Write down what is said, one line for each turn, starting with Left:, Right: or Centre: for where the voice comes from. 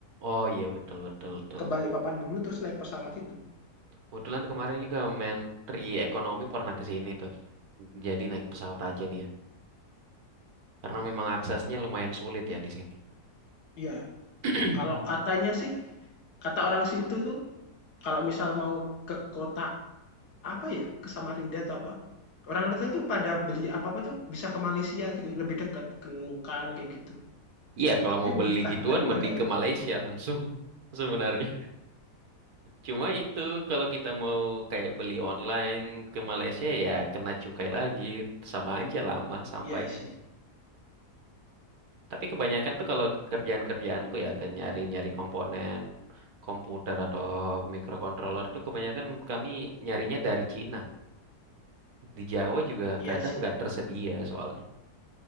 Right: Oh iya betul betul betul.
Left: Ke Balikpapan dulu terus naik pesawat itu.
Right: Kebetulan kemarin juga Menteri Ekonomi pernah ke sini tuh. Jadi naik pesawat aja dia. Karena memang aksesnya lumayan sulit ya di sini.
Left: Iya,
Right: <clears throat>
Left: kalau katanya sih kata orang situ tuh kalau misal mau ke kota Apa ya, ke Samarinda atau apa. Orang Batak itu pada beli apa-apa tuh bisa ke Malaysia gitu, lebih dekat ke Nunukan kayak gitu.
Right: Iya kalau
Left: Tapi
Right: mau beli
Left: entah
Right: gituan
Left: bener apa
Right: mending
Left: enggak
Right: ke
Left: ya?
Right: Malaysia langsung <laughs> sebenarnya. Cuma itu kalau kita mau kayak beli online ke Malaysia ya kena cukai lagi. Sama aja lama sampainya.
Left: Iya sih.
Right: Tapi kebanyakan tuh kalau kerjaan-kerjaanku ya ke nyari-nyari komponen komputer atau microcontroller tuh kebanyakan kami nyarinya dari Cina. Di Jawa juga
Left: Iya
Right: kadang
Left: sih.
Right: nggak tersedia soalnya.